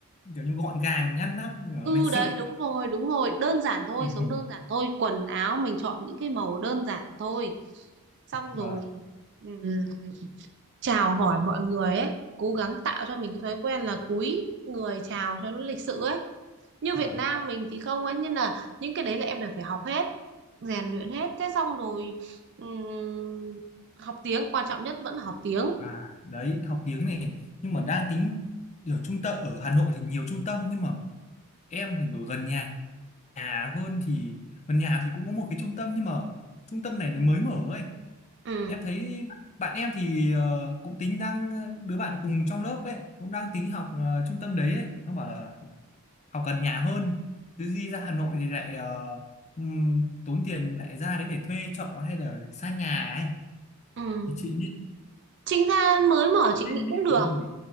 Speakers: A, on the left (about 30°); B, on the right (about 50°).
A: kiểu như gọn gàng ngăn nắp ờ,
B: ừ
A: lịch sự
B: đấy đúng rồi đúng rồi đơn giản thôi
A: tỉ
B: sống
A: mỉ
B: đơn giản thôi quần áo mình chọn những cái màu đơn giản thôi xong
A: vâng
B: rồi ừm, chào hỏi mọi người ấy cố gắng tạo cho mình cái thói quen là cúi người chào cho nó lịch sự ấy như
A: vâng
B: Việt Nam mình thì không ấy nên là những cái đấy là em đều phải học hết rèn luyện hết thế xong rồi ừm, học tiếng quan trọng nhất vẫn là học tiếng
A: à đấy học tiếng này nhưng mà đang tính ở trung tâm ở Hà Nội thì nhiều trung tâm nhưng mà em thì ở gần nhà, nhà hơn thì gần nhà thì cũng có một cái trung tâm nhưng mà trung tâm này nó mới mở ấy
B: ừ.
A: em thấy bạn em thì ờ, cũng tính đang ờ, đứa bạn cùng trong lớp ấy cũng đang tính học ờ, trung tâm đấy ấy. nó bảo là học, học gần nhà hơn chứ đi ra Hà Nội thì lại ờ, ừm, tốn tiền lại ra đấy để thuê trọ hay là xa nhà ấy
B: ừ.
A: thì chị nên
B: Trinh Than mới mở chị
A: nên,
B: nghĩ
A: nên
B: cũng được
A: học đâu nhỉ